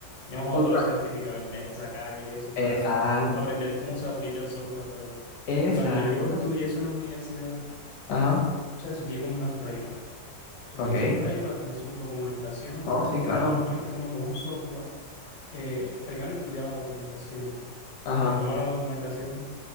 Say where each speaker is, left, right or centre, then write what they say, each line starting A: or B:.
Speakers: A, on the left; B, on the left.
A: digamos,
B: Otro
A: otro
B: cap-
A: certificado que tendrías que sacar y eso
B: Exacto,
A: para aprender cómo se audita el software, pero
B: exacto.
A: cuando yo estudié eso en la universidad,
B: Ajá,
A: o sea, eso tiene como unas reglas, eso
B: ok.
A: tiene sus reglas, tiene su documentación,
B: No, sí, claro.
A: pero lo normal es que uno coge un software, eh, primero estudia la documentación,
B: Ajá.
A: uno toma la documentación,